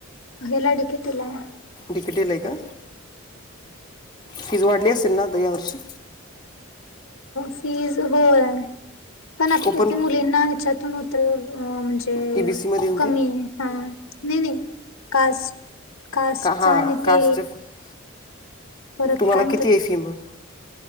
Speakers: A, on the left; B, on the left.
A: हेला डिकेटीला हाय.
B: डिकेटीला हाय का! फीज वाढली असेल ना आता यावर्षी?
A: फीज होय. पण आत्ता
B: ओपन
A: ते मुलींना ह्याच्यातून होतं म्हणजे
B: ई बी सीमध्ये येऊन
A: कमी
B: काय
A: हा नाही नाही कास कास
B: का हां
A: च आणि ते
B: कास्टचं
A: परत
B: तुम्हाला
A: काय
B: किती ए फी मग?